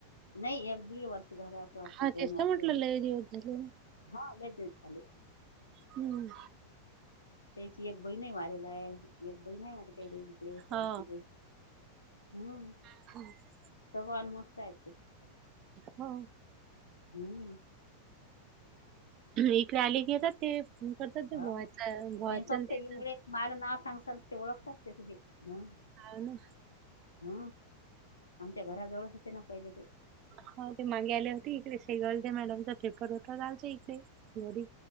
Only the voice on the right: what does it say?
हा
तेच
तर म्हटलं
लय दिवस झाले
हम्म.
हो
<inaudible>
हो.
इकडे आले की येतात ते. फोन करतात ते.
भोवाचं
भोवाचं
न तेंच
हा ना?
हा ते मागे आले होते. इकडे शेगावलत्या मॅडमचा पेपर होता आमच्या इकडे. घरी.